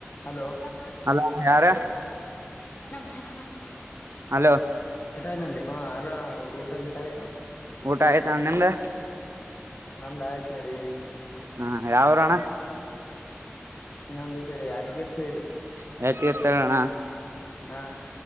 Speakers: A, on the left; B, on the right.
A: hello ನ
B: hello ಯಾರ
A: <inaudible>
B: hello
A: ಹಟಾನಲ್ಲೆ ಹಾ ಹಲೋ ಊಟ ಗಿಟ ಆಯ್ತಾ
B: ಊಟ ಆಯ್ತು ನಿಮ್ದು
A: ನಂದ ಆಯ್ತ್ ನೋಡಿ
B: ಹ್ಮ ಯಾವ್ರಣ್ಣ
A: ನಮ್ದು ಕಡೆ ಯಾದ್ಗಿರ್ ಸೈಡ್
B: <unintelligible> ತೀರ್ಚಣ
A: ಹಾ